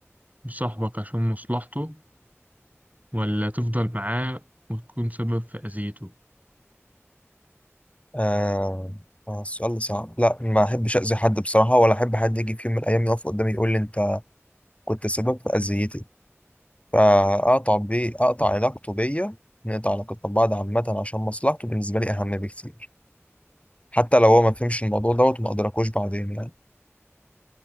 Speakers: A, on the right; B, on the left.
A: بصاحبك عشان مصلحته ولا تفضل معاه وتكون سبب في أذيته
B: آه. آه السؤال ده صعب لا ما احبش اذي حد بصراحة ولا احب حد يجي في يوم من الايام يقف قدامي يقول لي انت كنت سبب في اذيتي فاقطع بيه اقطع علاقته بيا نقطع علاقتنا ببعض عامة عشان مصلحته بالنسبة لي اهم بكتير حتى لو هو ما فهمش الموضوع دوت وما ادركوش بعدين يعني